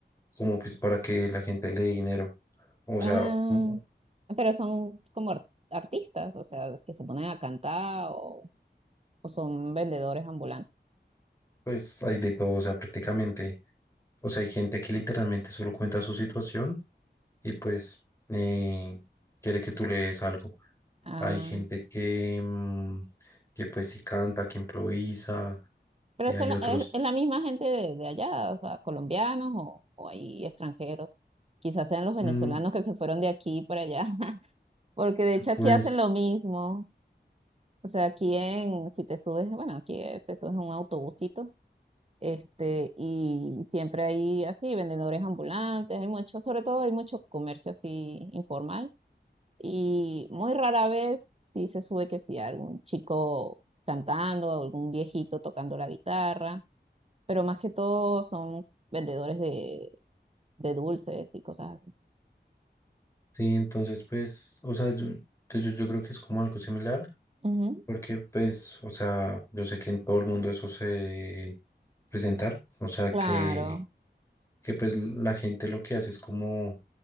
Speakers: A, on the left; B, on the right.
A: como pues para que la gente le dé dinero. O
B: Ah,
A: sea, mm,
B: pero son como ar- artistas, o sea, que se ponen a cantar o... o son vendedores ambulantes.
A: pues hay de todo, o sea, prácticamente, o sea, hay gente que literalmente solo cuenta su situación y pues eh, quiere que tú le des algo.
B: Ah,
A: Hay gente que, mm, que pues sí canta, que improvisa,
B: pero
A: eh,
B: son,
A: hay
B: la-
A: otros,
B: es, es la misma gente de, de allá, o sea, colombianos o, o hay extranjeros. Quizás sean los venezolanos
A: mm,
B: que se fueron de aquí para allá, <laughs> porque de hecho aquí
A: pues
B: hacen lo mismo. O sea, aquí en, si te subes, bueno, aquí eh, te subes a un autobusito, este, y siempre hay así vendedores ambulantes, hay mucho, sobre todo hay mucho comercio así informal y muy rara vez sí se sube que sí, algún chico cantando, algún viejito tocando la guitarra, pero más que todo son vendedores de, de dulces y cosas así.
A: sí, entonces pues, o sea, yo, yo, yo yo creo que es como algo similar.
B: Ujú,
A: Porque pues, o sea, yo sé que en todo el mundo eso se, presentar. O sea,
B: claro.
A: que, que pues la gente lo que hace es como